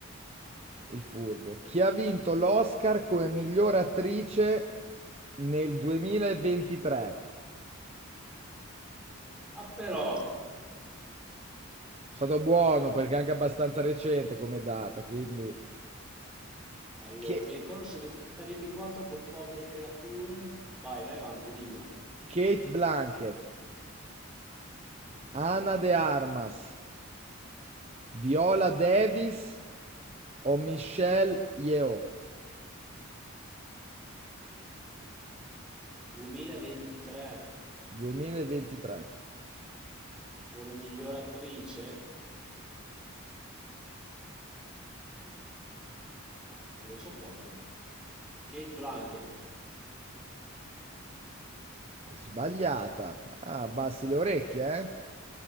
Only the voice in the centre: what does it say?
Ma però,
Allora,
mi ricordo se 23-24 con povere creature. Vai, vai avanti, dilla.
2023
come miglior attrice? Ah, Non lo so proprio. Kate Blanchett.